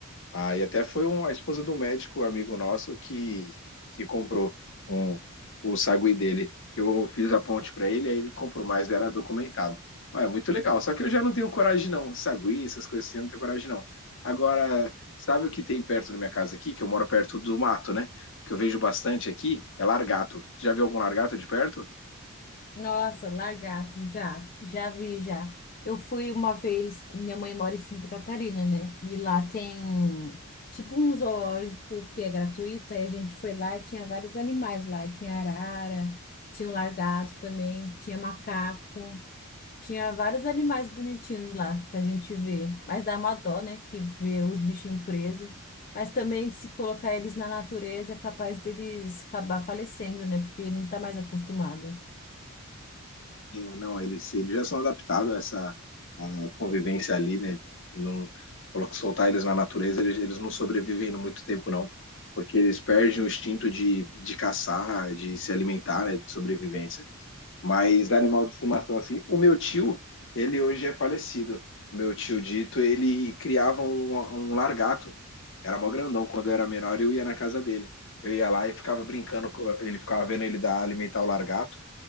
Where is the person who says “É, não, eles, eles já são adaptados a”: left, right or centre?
Left